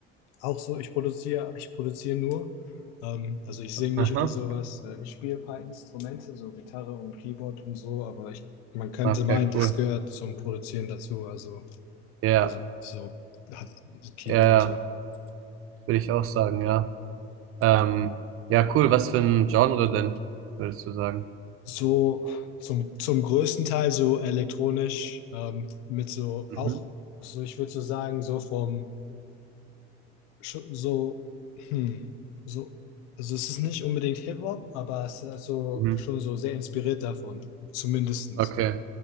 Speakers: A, on the left; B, on the right.
A: auch so, ich produziere, ich produziere nur. Ähm, also ich singe nicht
B: Aha,
A: oder sowas. Äh, Ich spiele ein paar Instrumente, so Gitarre und Keyboard und so, aber ich, man könnte
B: okay,
A: meinen, das
B: cool.
A: gehört zum Produzieren dazu. Also,
B: Ja,
A: also so hat Keyboard
B: ja, ja,
A: und so.
B: würde ich auch sagen, ja. Ähm, ja, cool. Was für ein Genre denn, würdest du sagen?
A: So zum, zum größten Teil so elektronisch, ähm, mit so
B: Mhm.
A: auch, so ich würde so sagen, so vom, sch- so, hm, so, also es ist nicht unbedingt Hip-Hop, aber es ist also
B: Mhm.
A: schon so sehr inspiriert davon, zumindestens.
B: Okay,